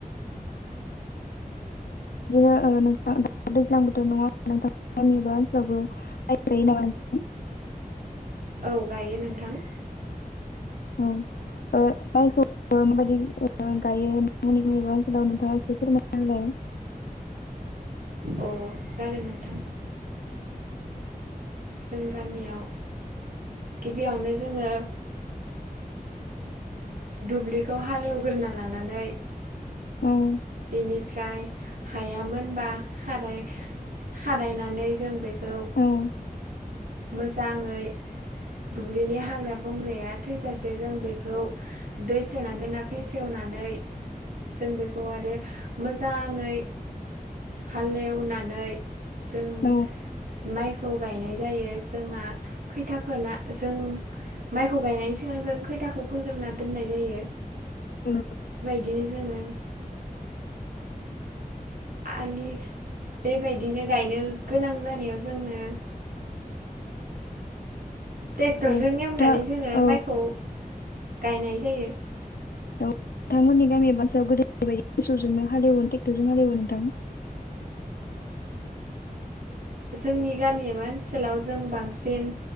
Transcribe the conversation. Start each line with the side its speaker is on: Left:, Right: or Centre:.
Left: बिदिनो नोंथ दैज्लांबोथ' नङा नोंथां गामि एबा ओनसोलावबो <unintelligible> नामा नों <unintelligible>
Right: औ गायो नोंथां
Left: औ ओ माइखौ माबायदि गायो नोंबा ओनसोलाव नोंथा एसे फोरमायना होलाय
Right: अ जागोन
Left: <unintelligible>
Right: नोंथां जों गामियाव गिबियावनो जोंङो दुब्लिखौ हालेवग्रोना लानानै
Left: औ
Right: बेनिफ्राय हायामोनबा खाराय खारायनानै जों बेखो
Left: औ
Right: मोजाङै दुब्लिनि हाग्रा बंग्राया थैजासे जों बेखौ खौ दै सोनानै दोना फेसेवनानै जों बेखौ आरो मोजाङै हाले-वनानै जों
Left: औ
Right: माइखौ गायनाय जायो। जोंहा खैथा फोना जों माइखौ गायनायनि सिगां जों खैथाखौ फोग्रोनानै दोननाय जायो।
Left: औ
Right: बिदि जोङो आलि बेबायदिनो गायनो गोनां जानायाव जोङो टेक्टरजों
Left: औ
Right: एवनानै
Left: दा
Right: जोङो
Left: औ
Right: माइखौ गायनाय जायो।
Left: नोंथांमोननि गामिया <unintelligible> गोदोनि बायदि मोसौजोंनो हालेवो टेक्टरजों हालेवो नोंथां <inaudible>
Right: जोंनि गामि एबा ओनसोलाव जों बांसिन